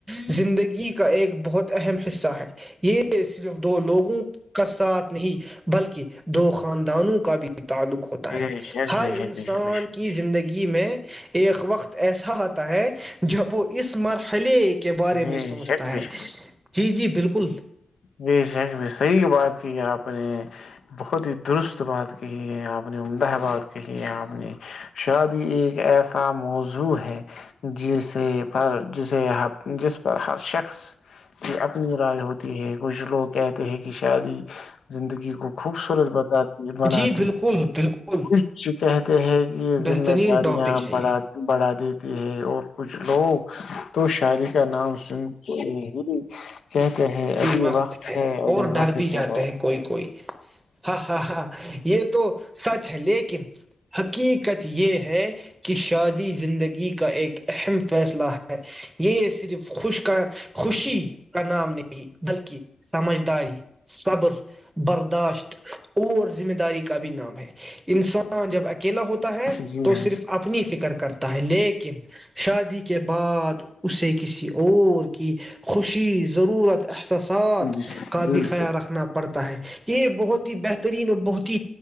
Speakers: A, on the right; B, on the left.
A: زندگی کا ایک بہت اہم حصہ ہیں یہ صرف دو لوگوں کا ساتھ نہیں بلکہ دو خاندانوں کا بھی تعلق ہوتا
B: بے
A: ہے
B: شک
A: ہر
B: بے
A: انسان
B: شک بے شک بے شک
A: کی زندگی میں ایک وقت ایسا آتا ہے کہ ج وہ اس مرحلے کے بارے
B: بے
A: میں سمجھتا
B: شک بے
A: ہے
B: شک
A: جی جی بالکل
B: جی شیخ صحیح بات کی ہے آپ نے بہت ہی درست بات کہی ہے آپ نے عمدہ بات کہی ہے آپ نے شادی ایک ایسا موضوع ہے جسے پر جسے جس پر ہر شخص یہ اپنی رائے ہوتی ہے کچھ لوگ کہتے ہیں کہ شادی زندگی کو خوبصورت بتاتی ہے بناتی
A: جی بالکل
B: ہے
A: بالکل
B: خش کہتے ہیں کہ یہ
A: بہترین
B: ذمہ داریاں
A: ٹاپک ہے
B: بڑ
A: یہ
B: بڑھا دی ہے اور کچھ لوگ تو شاعری کا نام سن کے ہی کہتے ہیں
A: بھی
B: ابھی وقت ہے ابھی
A: اور ڈر
B: وقت
A: بھی جاتے
B: ہے
A: ہیں کوئی کوئی ہاں ہاں ہاں یہ تو سچ ہے لیکن حقیقت یہ ہے کہ شادی زندگی کا ایک اہم فیصلہ ہے یہ صرف خوش کر خوشی کا نام نہیں بلکہ سمجھداری صبر برداشت اور ذمہ داری کا بھی نام ہے انسان جب اکیلا ہوتا ہے
B: جی
A: تو
B: ہاں
A: صرف اپنی فکر کرتا ہے لیکن شادی کے کے بعد اسے کسی اور کی خوشی ضرورت احساسات
B: جی جی
A: کا
B: بالکل
A: بھی خیال رکھنا پڑتا ہے یہ بہت ہی بہترین اور بہت ہی